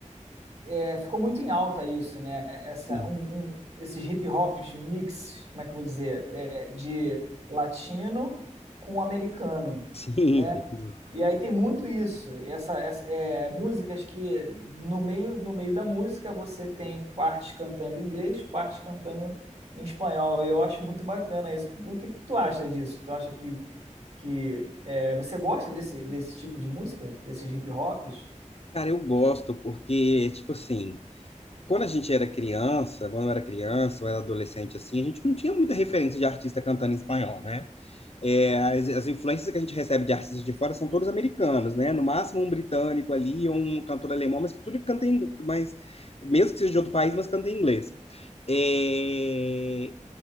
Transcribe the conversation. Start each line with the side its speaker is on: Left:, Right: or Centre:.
Right: é, ficou muito em alta isso, né? Essa,
Left: Sim,
Right: um- um- esses hip hops mix, como é que eu vou dizer? É, de latino com americano,
Left: <laughs> sim.
Right: né?
Left: tem tudo.
Right: E aí tem muito isso. Essa, essa- é, músicas que no meio, no meio da música você tem partes cantando em inglês, partes cantando em espanhol. E eu acho muito bacana isso. O que que tu acha disso? Tu acha que que é, você gosta desse, desse tipo de música, desses hip hops?
Left: Cara, eu gosto porque, tipo assim, quando a gente era criança, quando eu era criança, ou era adolescente, assim, a gente não tinha muita referência de artista cantando em espanhol, né? é, as, as influências que a gente recebe de artistas de fora são todos americanos, né? No máximo um britânico ali, ou um cantor alemão, mas que tudo canta em, mas mesmo que seja de outro país, mas canta em inglês. É,